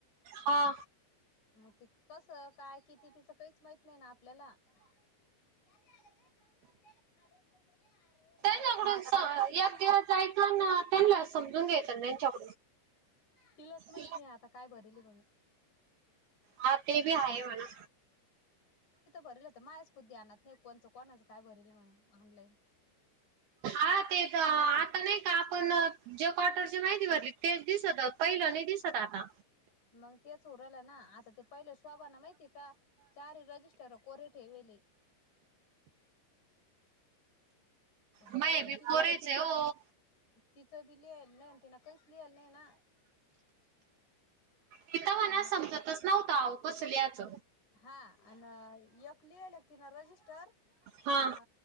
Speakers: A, on the right; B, on the left.
A: हा
B: मग ते कस काय किती तिचं काहीच माहित नाही ना आपल्याला. <unintelligible>
A: यक दिवस जायच आन त्यांना समजून घ्यायच. चप
B: तिलाच माहित
A: <inaudible>
B: नाही आता काय भरेली म्हणून
A: हा ते बी आहे म्हना.
B: भरल होत मायाच खुद ध्यानात नाही कोणचं कोणाचं काय भरेल म्हणून आनलय.
A: हा ते तर. नाही का आपण जे क्वाटर ची माहिती भरली तेच दिसत पहिलं नाही दिसत आता.
B: मग तेच उरलं ना आता ते पहिले शोबांन माहितीय का चारी रजिस्टर कोरे. ठेवीले.
A: मये
B: मला त
A: बी
B: तिचं.
A: पोरेच आहे हो.
B: तिचं बी लिहायला नाही तिन काहीच लिहाला नाही ना.
A: तिथ म्हणा
B: मग
A: समजतच नव्हत आवो कस लिहाच.
B: हा आणि यक लियले तिन रजिस्टर.
A: हा.
B: अ